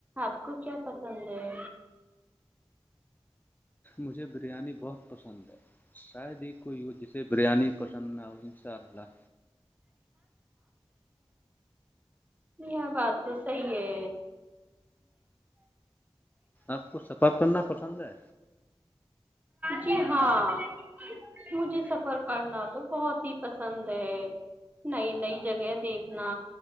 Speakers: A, on the right (about 15°); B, on the left (about 20°).
A: آپ کو کیا پسند ہے
B: مجھے بریانی بہت پسند ہے شاید ہی کوئی ہو جسے بریانی پسند نہ ہو ان شاء اللہ
A: یہ بات تو صحی ہے
B: آپ کو سفر کرنا پسند ہے
A: جی ہاں مجھے سفر کرنا تو بہت ہی پسند ہے نئی نئی جگہ دیکھنا